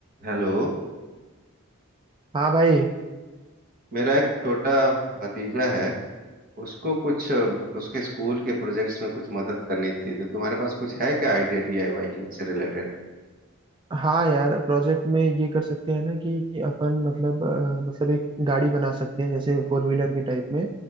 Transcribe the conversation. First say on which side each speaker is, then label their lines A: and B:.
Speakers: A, on the right; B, on the right.
A: Hello
B: हाँ भाई
A: मेरा एक छोटा भतीजा है उसको कुछ अ, उसके स्कूल के प्रोजेक्ट्स में कुछ मदद करनी थी तो तुम्हारे पास कुछ है क्या आइडिया डीआईवाई के से रिलेटेड
B: हाँ यार प्रोजेक्ट में ये कर सकते हैं ना कि अपन मतलब अ, मतलब एक गाड़ी बना सकते हैं जैसे फोर व्हीलर के टाइप में